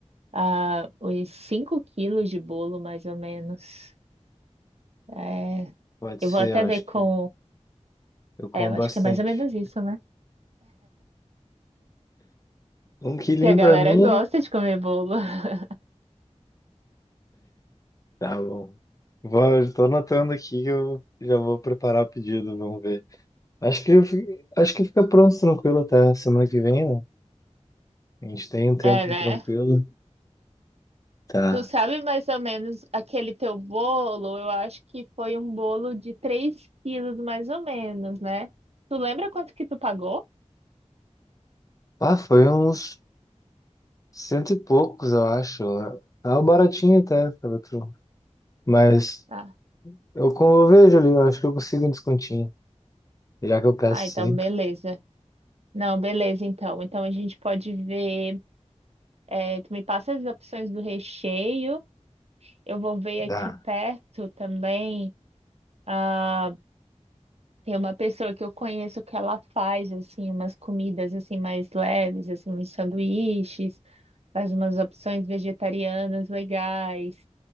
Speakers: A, on the right; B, on the left.
A: ah, uns 5 quilos de bolo, mais ou menos. É,
B: Pode
A: eu
B: ser,
A: vou até
B: eu acho
A: ver com.
B: que eu como
A: É, eu acho
B: bastante.
A: que é mais ou menos isso, né?
B: Um quilinho
A: Que a
B: para
A: galera
B: mim
A: gosta de comer bolo. <laughs>
B: Tá bom. Vou, estou anotando aqui, que eu já vou preparar o pedido, vamos ver. Acho que, eu fi- acho que fica pronto, tranquilo até semana que vem, né? A gente tem um tempo
A: É, né?
B: tranquilo. Tá.
A: Tu sabe mais ou menos aquele teu bolo? Eu acho que foi um bolo de 3 quilos, mais ou menos, né? Tu lembra quanto que tu pagou?
B: Ah, foi uns cento e poucos, eu acho. Tava baratinho até, pela tru. Mas
A: Ah,
B: eu, como eu vejo ali, eu acho que eu consigo um descontinho, já que eu peço
A: ah, então
B: sempre.
A: beleza. Não, beleza, então. Então a gente pode ver. é, tu me passa as opções do recheio. Eu vou ver aqui
B: Tá.
A: perto também. Ah, tem uma pessoa que eu conheço que ela faz assim umas comidas assim mais leves, assim uns sanduíches, faz umas opções vegetarianas legais.